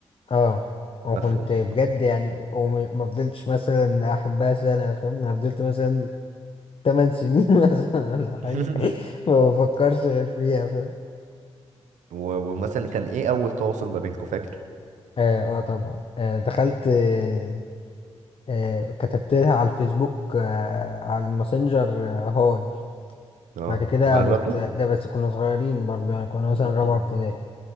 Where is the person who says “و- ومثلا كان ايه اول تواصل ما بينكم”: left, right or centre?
Right